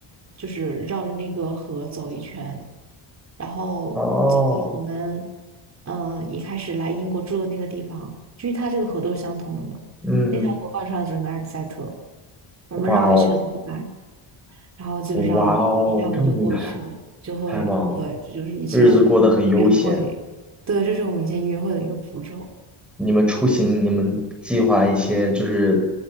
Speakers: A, on the right; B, in the centre.
A: 就是绕着那个河走一圈，然后走到我们
B: 哦，
A: 嗯一开始来英国住的那个地方，就是它这个河都是相通的嘛。
B: 嗯，
A: 那条河贯穿了整个埃克塞特，我们绕一圈回来，
B: 哇哦，
A: 然后基本上一下午就过去了，
B: 哇哦，这么厉害，
A: 就会，
B: 太棒了，
A: 对，这就是以前约会，
B: 日子过得很悠闲。
A: 对，这是我们以前约会的一个步骤。
B: 你们出行，你们计划一些就是，